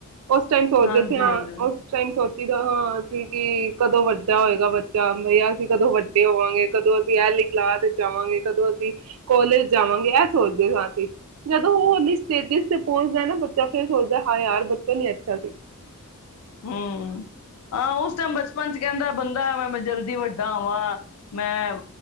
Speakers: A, on the right; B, on the left.
A: ਉਸ ਟਾਈਮ ਸੋਚਦੇ
B: ਹਾਂਜੀ
A: ਸੀ ਹਾਂ
B: ਹਾਂਜੀ
A: ਉਸ ਟਾਈਮ ਸੋਚ ਜਦ ਹਾਂ ਅਸੀਂ ਕਿ ਕਦੋਂ ਵੱਡਾ ਹੋਏਗਾ ਬੱਚਾ ਬਈ ਅਸੀਂ ਕਦੋਂ ਵੱਡੇ ਹੋਵਾਂਗੇ ਕਦੋਂ ਅਸੀਂ ਐਲੀ ਕਲਾਸ ਜਾਵਾਂਗੇ ਕਦੋਂ ਅਸੀਂ ਕੋਲੇਜ ਜਾਵਾਂਗੇ ਇਹ ਸੋਚਦੇ ਹਾਂ ਅਸੀਂ ਜਦੋਂ ਉਹ ਵਾਲੀ ਸਟੇਜਿਸ ਤੇ ਪਹੁੰਚਦਾ ਨਾ ਬੱਚਾ ਫੇਰ ਸੋਚਦਾ ਹਾਂ ਯਾਰ ਬੱਚਾ ਨੀ ਇਥੇ <unintelligible>
B: ਹਮ ਹਾਂ ਉਸ ਟਾਈਮ ਬਚਪਨ ਚ ਕਹਿੰਦਾ ਬੰਦਾ ਮੈਂ ਜਲਦੀ ਵੱਡਾ ਵਾਂ ਮੈਂ